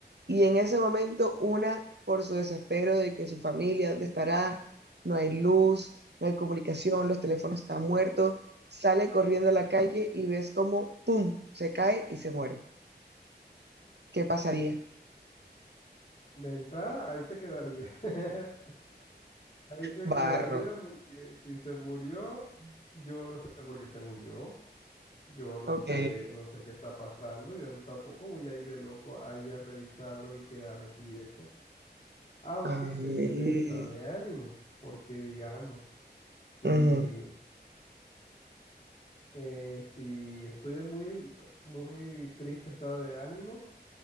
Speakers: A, on the right (about 70°); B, on the left (about 40°).
A: Y en ese momento, una, por su desespero de que su familia, ¿dónde estará? No hay luz, no hay comunicación, los teléfonos están muertos, sale corriendo a la calle y ves como, ¡pum!, se cae y se muere. ¿Qué pasaría?
B: De entrada, ahí se quedaría. <laughs> Ahí se
A: Barro.
B: quedaría porque si se murió, yo no sé por qué se murió. Yo no
A: Ok.
B: sé, no sé qué está pasando. Yo no tampoco voy a ir de loco ahí a revisarlo y quedarme tieso. Aunque
A: Ay.
B: depende del estado de ánimo. Porque digamos, si,
A: Ujú.
B: eh, si estoy de muy, muy triste estado de ánimo,